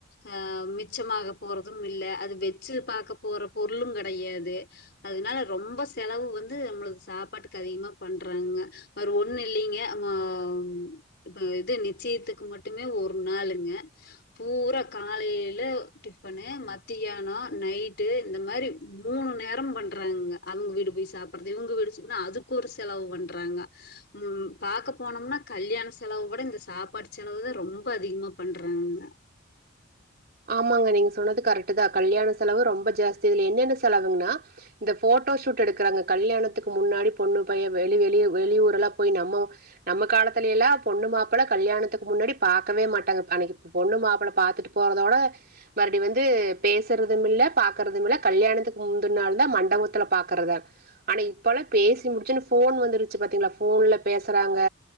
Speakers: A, on the left; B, on the right.
A: ஆஹ் மிச்சமாக போறதும் இல்ல அது வெச்சி பாக்க போற பொருளும் கெடையாது அதனால ரொம்ப செலவு வந்து நம்மளுக்கு சாப்பாட்டுக்கு அதிகமா பண்றாங்க வேற ஒண்ணு இல்லைங்க மவ் இப்ப இது நிச்சயத்துக்கு மட்டுமே ஒரு நாளுங்க பூரா காலைல டிஃபனு மத்தியானோ நைட்டு இந்த மாரி மூணு நேரம் பண்றாங்க அவங்க வீடு போய் சாப்பிடுறது இவங்க வீடு சொனா அதுக்கு ஒரு செலவு பண்றாங்க ம் பாக்க போனோம்னா கல்யாண செலவு கூட இந்த சாப்பாடு செலவுதா ரொம்ப அதிகமா பண்றாங்கங்க
B: ஆமாங்க நீங்க சொன்னது கரெக்ட் தா கல்யாண செலவு ரொம்ப ஜாஸ்தி இதுல என்னென்ன செலவுன்னா இந்த போட்டோ ஷூட் எடுக்குறாங்க கல்யாணத்துக்கு முன்னாடி பொண்ணு பைய வெளி-வெளி-வெளியூர் எல்லா போய் நம்ம நம்ம காலத்துல எல்லா பொண்ணு மாப்பிள கல்யாணத்துக்கு முன்னாடி பாக்கவே மாட்டாங்க அன்னைக்கு பொண்ணு மாப்பிள பாத்துட்டு போற தோட மறுவடி வந்து பேசுறதுமில்ல பாக்குறதுமில்ல கல்யாணத்துக்கு முந்தின நாள் தா மண்டவத்தில பாக்குறதா ஆனா இப்பல்லா பேசி முடிச்ச ஒடனே போன் வந்திருச்சு பாத்தீங்களா போன்ல பேசுறாங்க